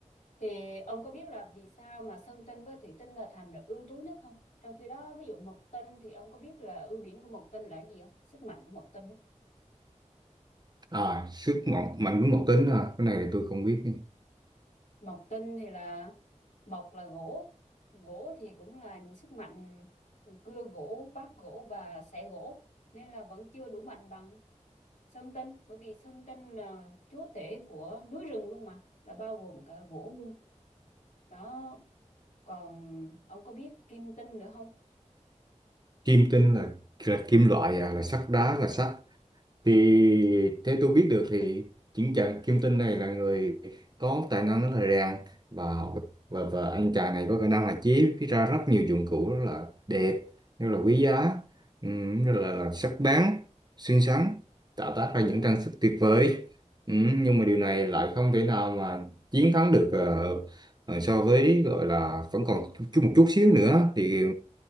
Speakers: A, on the left; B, on the right.
A: thì ông có biết là vì sao mà sơn tinh với thủy tinh là thành được ưu tú nhất không trong khi đó ví dụ mộc tinh thì ông có biết là ưu điểm của mộc tinh là cái gì không sức mạnh của mộc tinh ấy
B: À, sức mạnh mạnh của Mộc Tinh à, cái này thì tôi không biết.
A: mộc tinh thì là mộc là gỗ gỗ thì cũng là sức mạnh cưa gỗ vác gỗ và xẻ gỗ nên là vẫn chưa đủ mạnh bằng Sơn Tinh bởi vì Sơn Tinh là chúa tể của núi rừng luôn mà là bao gồm cả gỗ luôn đó còn ông có biết Kim Tinh nữa không
B: kim tinh là là kim loại à là sắt đá là sắt thì
A: <laughs>
B: theo tôi biết được thì chính chàng kim tinh này là người có tài năng rất là rèn và học và, và anh chàng này có khả năng là chế ra rất nhiều dụng cụ rất là đẹp rất là quý giá ừm, rất là, là sắc bén xinh xắn tạo tác ra những
A: Rồi.
B: trang sức tuyệt vời Ừm, nhưng mà điều này lại không thể nào mà chiến thắng được ờ, ờ, so với gọi là vẫn còn chút một chút xíu nữa thì